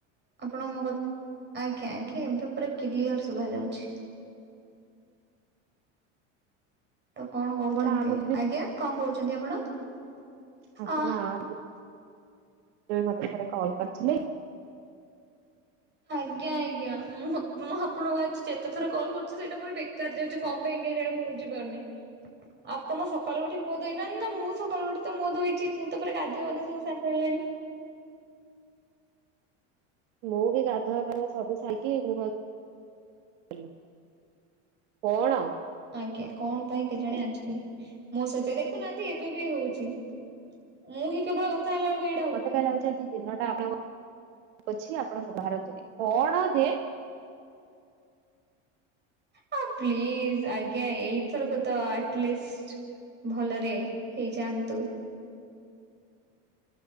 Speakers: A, on the right; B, on the right.
A: ଆପଣଙ୍କୁ ମୋ କ-ଆଜ୍ଞା ଆଜ୍ଞା ଏବେ ପୁରା କ୍ଲିଅର ଶୁଭା ଯାଉଛି। ତ କଣ କହୁଛନ୍ତି?
B: ଆପଣ ଆ ପୂର୍ବ
A: ଆଜ୍ଞା କଣ କହୁଛନ୍ତି ଆପଣ?
B: ଆପଣ
A: ଅ
B: ଆ ପୂ - ମତେ ଥରେ କଲ୍ କରିଥିଲେ
A: ଆଜ୍ଞା ଆଜ୍ଞା ମୁଁ ମୁଁ ଆପଣଙ୍କୁ ଆଜି ଯେତେ ଥର କଲ୍ କରୁଛି ସେଇଟା ମୋର ବେକାର ଯାଉଛି କଣ ପାଇଁ କେହି ଜାଣି ମୁଁ ବୁଝିପାରୁନି ଆପଣ ସକାଳୁ ଉଠି ମୁହଁ ଦଇ ନା ନା ମୁଁ ସକାଳୁ ଉଠି ତ ମୋ ଦୋଇଛି ମୁଁ ତପରେ ଗାଧୁଆବାଧା ସବୁ ସାରି ସାରିସାଇଲିଣି
B: ମୁଁ ବି ଗାଧୁଆ ପାଧୁଆ ସବୁ ସାଇକି ମୁଁ <unintelligible> କଣ?
A: ଆଜ୍ଞା କଣ ପାଇଁ କେଜଣେ ଅଛି ମୋ ସହିତ ଦେଖୁନାହାନ୍ତି ଏବେ ବି ହଉଛି ମୁଁ ହି କେବଳ କଥା ହେଲା ବଳକୁ କହିି
B: ମତେ କାହିଁ ଲାଗୁଛି ଆଜି ଦିନ ଟା ଆପଣଙ୍କ ଅଛି ଆପଣଙ୍କ ବାହାର ନ୍ତୁନି କଣ ଯେ
A: ହଁ ପ୍ଲିଜ ଆଜ୍ଞା ଏଇଥରକ ତ ଆଟଲିଷ୍ଟ ଭଲରେ ହେଇଯାଆନ୍ତୁ